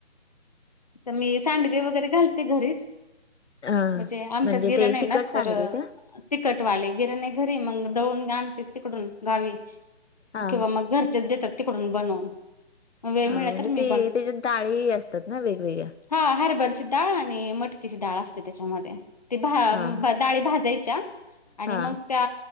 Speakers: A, on the left; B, on the left.
A: तर मी सांडगी वगैरे घालते घरीच
B: हा
A: म्हणजे आमच्यात गिरण
B: ते
A: आहे
B: तिखट
A: ना
B: सांडगे
A: तर
B: का?
A: तिखटवाले गिरण आहे घरी मग दळून आणते तिकडून गावी
B: हा
A: मग किंवा मग घरचेच देतात तिकडून बनवून. वेळ
B: हां
A: मिळाला
B: म्हणजे
A: तर मी
B: ते त्याच्यात डाळी असतात ना वेगवेगळ्या?
A: हां हरभरची डाळ आणि मटकीची डाळ असते त्याच्यामध्ये ते भा
B: हा
A: डाळी भाजायच्या आणि
B: हा
A: मग त्या